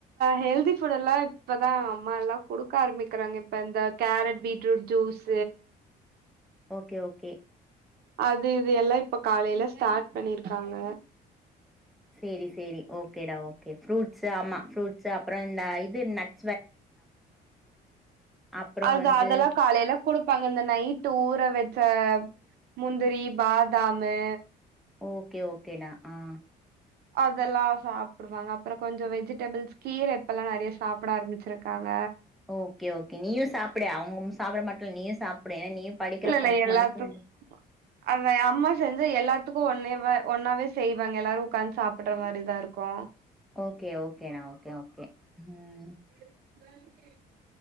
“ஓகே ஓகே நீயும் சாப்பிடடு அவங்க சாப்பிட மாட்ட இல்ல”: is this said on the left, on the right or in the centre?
Centre